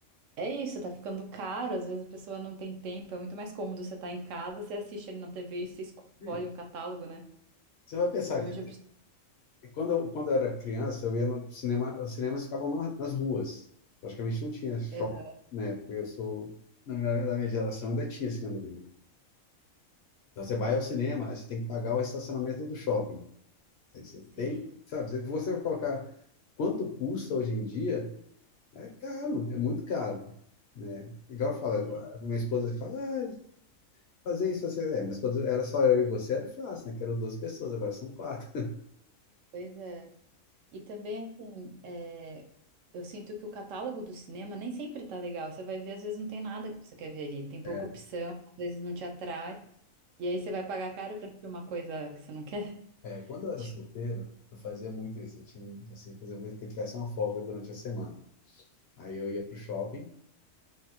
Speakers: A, on the right; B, on the left.
A: é isso, tá ficando caro, às vezes a pessoa não tem tempo, é muito mais cômodo você estar em casa, você assiste ali na TV e você escolhe
B: certeza.
A: um catálogo, né?
B: Você vai pensar
A: milhões
B: que
A: de opções.
B: E Quando eu, quando eu era criança, eu ia no cinema, os cinemas ficavam na- nas ruas. Praticamente não tinha shopping,
A: Aham,
B: né? Porque eu sou, na minha, na minha geração ainda tinha cinema de rua. Então você vai ao cinema, aí você tem que pagar o estacionamento do shopping. Aí você
A: Sim,
B: tem, sabe? Se você colocar quanto custa hoje em dia, é caro, é muito caro, né? Igual eu falo,
A: é.
B: a minha esposa fala, ah, fazer isso, você... É, mas quando era só eu e você era fácil, né? Que eram duas pessoas, agora são quatro.
A: Pois é. E também, assim, é, eu sinto que o catálogo do cinema nem sempre tá legal. Você vai ver, às vezes não tem nada que você quer ver ali. Tem pouca
B: É.
A: opção, às vezes não te atrai. E aí você vai pagar caro pra assistir uma coisa que você não quer.
B: É, quando eu era
A: <laughs>
B: solteiro, eu fazia muito isso. Eu tinha, um- assim, por exemplo, que eu tivesse uma folga durante a semana. Aí eu ia pro shopping